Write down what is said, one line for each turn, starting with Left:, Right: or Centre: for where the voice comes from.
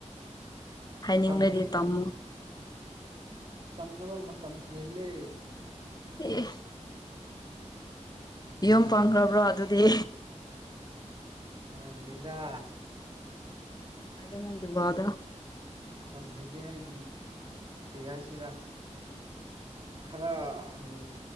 Left: ꯍꯥꯏꯅꯤꯡꯕꯗꯤ
Right: ꯇꯝꯅꯤꯡ
Left: ꯇꯝꯃꯣ
Right: ꯇꯝꯅꯕ ꯃꯇꯝ ꯍꯦꯜꯂꯦ
Left: ꯎꯝ ꯌꯨꯝ ꯄꯪꯈ꯭ꯔꯕ꯭ꯔꯣ ꯑꯗꯨꯗꯤ
Right: ꯄꯥꯟꯖꯩꯗ
Left: ꯑꯔꯦ ꯅꯪꯦ ꯕꯥꯗ
Right: ꯇꯝꯍꯦꯜꯂꯤ ꯍꯥꯏꯗꯤ ꯎ ꯀ ꯍꯥꯏꯁꯤꯔꯥ ꯈꯔ ꯎꯝ